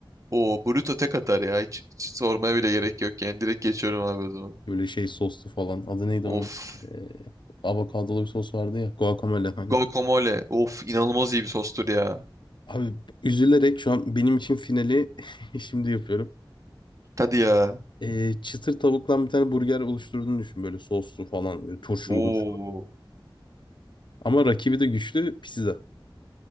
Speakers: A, on the right; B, on the left.
A: Oo Bruto tek atar ya. Hiç, hiç sormaya bile gerek yok yani. Direkt geçiyorum abi o zaman.
B: Böyle şey soslu falan. Adı neydi
A: Of.
B: onun? Ee, avokadolu bir sos vardı ya. Guacamole hani.
A: Guacamole. Of inanılmaz iyi bir sostur ya.
B: Abi üzülerek şu an benim için finali <laughs> şimdi yapıyorum.
A: Hadi ya.
B: Ee, çıtır tavuktan bir tane burger oluşturduğunu düşün böyle soslu falan böyle turşulu
A: Oo.
B: murşulu. Ama rakibi de güçlü pizza.